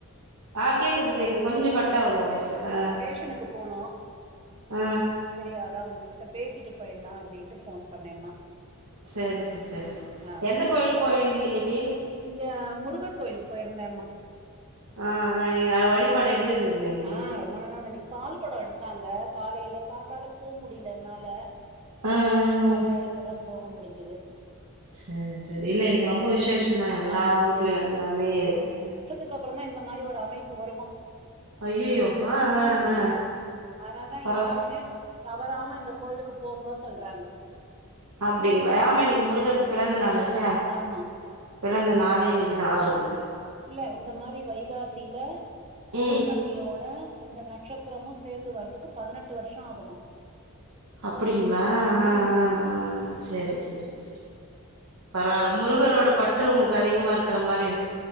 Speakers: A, on the right; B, on the right.
A: ஆ கேக்குது கேக்குது கொஞ்சோ கட் ஆவுது வாய்ஸ்சு ஆ
B: ரேஷனுக்கு போனோ
A: ஆ
B: சேரி அதா உங்ககிட்ட பேசிட்டு போயிலா அப்டின்ட்டு ஃபோன் பண்ணேம்மா
A: சேரிக்கா சேரி
B: ஆ
A: எந்த
B: நீங்க
A: கோயிலுக் போயிருந்தீங்க இன்னிக்கு
B: இங்க முருகர் கோவிலுக்கு போயிருந்தே அம்மா
A: ஆ ஆ இன்னிக் நா வழிபாடு இன்னிக்கு எப்டி இருந்ததுங்க இன்னிக்கு
B: ஆ ரொம்ப நல்லாருந்தது இன்னிக்கு பால் கொடோ எடுத்தாங்க காலைல காத்தால போ முடில என்னால
A: ஆ ஆ
B: அதனால
A: ஆ
B: இப்பதா போக முடிஞ்சிது
A: சேரி சேரி இல்ல இன்னிக்கு ரொம்ப விசேஷோ தா எல்லா
B: ஆமா
A: ஊர்லயு எல்லாமே இப்ப
B: அதுக்கு அப்பறோ தா இந்த மாரி ஒரு அமைப்பு வருமா
A: ஐய்யய்யோ ஆ ஆ
B: ம்
A: ஆ
B: அதனால தா
A: பரவா
B: யாருமே தவறாம இந்த கோயிலுக்கு போங்க சொல்றாங்க
A: அப்டிங்களா ஆமா இன்னிக்கு முருகருக்கு
B: ம்
A: பிறந்த நாள் இல்ல
B: ஆமா
A: பிறந்த நாளே இன்னிக்கு தா ஆவுறுது
B: இல்ல இந்த மாரி வைகாசில பௌர்ணமியோட
A: ம்
B: இந்த நட்சத்திரமும் சே சேந்து வரதுக்கு பதினெட்டு வருஷோ ஆகுமா
A: அப்டிங்களா ஆ ஆ
B: ம்
A: ஆ ஆ சேரி சேரி சேரி பரவால்ல முருகரோட பற்று உங்களுக்கு அதிகமாக இருக்கிற மாரி இருக்